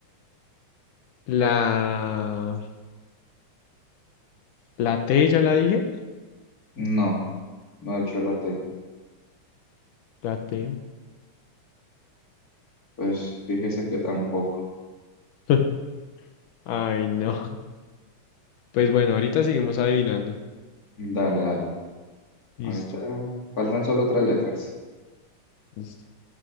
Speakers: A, on the left (about 85°); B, on the left (about 30°).
A: La, la T ya la dije,
B: No, no he hecho la T.
A: la T.
B: Pues fíjese que tampoco.
A: <laughs> Ay, no. Pues bueno, ahorita seguimos adivinando.
B: Dale, dale.
A: Listo,
B: Ahorita faltan solo tres letras.
A: listo.